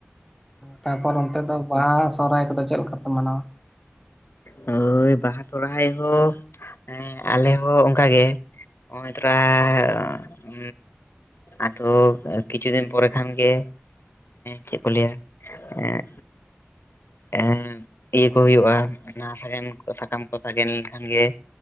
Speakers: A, in the centre; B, on the left.
A: ᱛᱟᱯᱚᱨ ᱚᱱᱛᱮ ᱫᱚ ᱵᱟᱦᱟ ᱥᱚᱦᱚᱨᱟᱭ ᱠᱚᱫᱚ ᱪᱮᱫ ᱞᱮᱠᱟ ᱯᱮ ᱢᱟᱱᱟᱣᱟ
B: ᱦᱳᱭ ᱵᱟᱦᱟ ᱥᱚᱨᱦᱟᱭ ᱦᱚᱸ ᱮᱸ ᱟᱞᱮ ᱦᱚᱸ ᱚᱱᱠᱟᱜ ᱜᱮ ᱚᱭ ᱛᱚᱨᱟ ᱩ ᱟᱫᱚ ᱠᱤᱪᱷᱩ ᱫᱤᱱ ᱯᱚᱨᱮ ᱠᱷᱟᱱ ᱜᱮ ᱪᱮᱫ ᱠᱚ ᱞᱟᱹᱭᱟ ᱮᱸ ᱮᱸᱻ ᱦᱩᱭᱩᱜ-ᱟ ᱚᱱᱟ ᱥᱟᱜᱮᱱ ᱥᱟᱠᱟᱢ ᱠᱚ ᱥᱟᱜᱮᱱ ᱞᱮᱱᱠᱷᱟᱱ ᱜᱮ